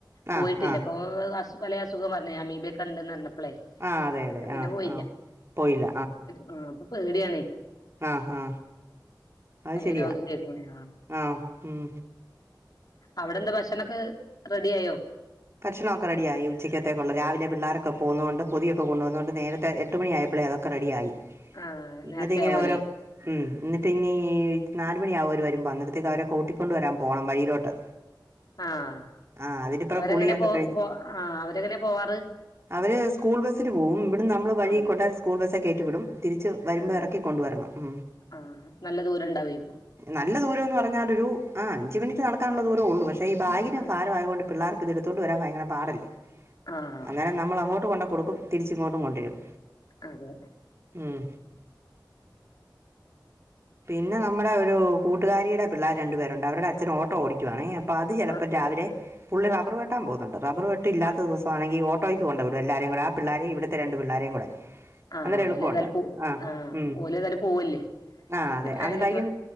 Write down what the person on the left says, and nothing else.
പോയിട്ടില്ല
അപ്പൊ അസു പല അസുഖം പറഞ്ഞ അമീബയൊക്കെ ഉണ്ടെന്നറിഞ്ഞപ്പോ അപ്പോളെ
പിന്നെ
പോയില്ല
ആ ഇപ്പൊ പേടിയാണ്
പലേ
രോഗം കേൾക്കുമ്പളേ
അവിടെ എന്താ ഭക്ഷണമൊക്കെ റെഡി ആയോ
ആഹ് നേരത്തെ
ആവോല്ലേ
ആഹ
അവരെങ്ങനെ
പോ
പോ ആ അവരെങ്ങനെ പോവാറ്
ആഹ്
ആഹ്
ആഹ് നല്ല ദൂരം ഇണ്ടാവേക്കും
ആഹ്
ആഹ്
അതെ
ആഹ്
ആഹ്
ആ
ഓല തല് പോ ആ
ഓല് ഏതാലും പോവല്ലേ
പിന്നെ
അയിനെന്തുവാ